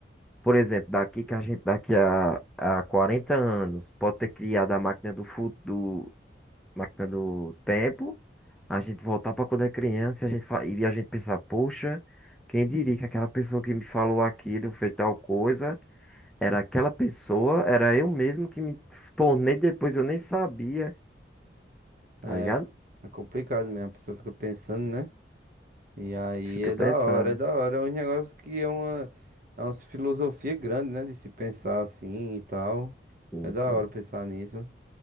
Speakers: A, in the centre; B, on the right (about 50°).
A: por exemplo, daqui que a gente daqui a, a 40 anos pode ter criado a máquina do futuro, máquina do tempo, a gente voltar para quando é criança, a gente fa- e a gente pensar, poxa, quem diria que aquela pessoa que me falou aquilo fez tal coisa? Era aquela pessoa, era eu mesmo que me tornei depois, eu nem sabia, tá
B: É,
A: ligado?
B: é complicado mesmo, a pessoa fica pensando, né? E aí
A: Fica
B: é
A: pensando.
B: da hora, é da hora. É um negócio que é uma, é uma filosofia grande, né? De se pensar assim e tal.
A: Sim,
B: É da
A: sim,
B: hora pensar nisso.